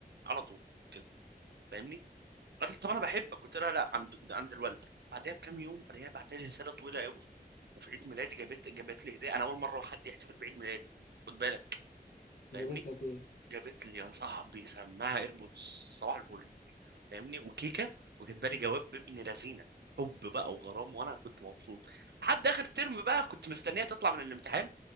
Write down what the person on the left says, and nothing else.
جابت لك ايه؟